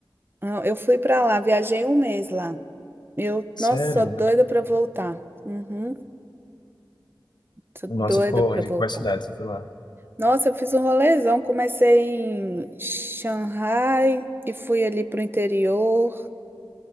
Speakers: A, on the right (about 25°); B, on the left (about 60°).
A: Ah, Eu fui pra lá, viajei um mês lá. Eu,
B: sério?
A: nossa, sou doida pra voltar. Uhum, sou
B: Nossa,
A: doida
B: ficou
A: pra
B: onde?
A: voltar.
B: Quais cidades você foi lá?
A: Nossa, eu fiz um rolezão. Comecei em Xangai e fui ali pro interior.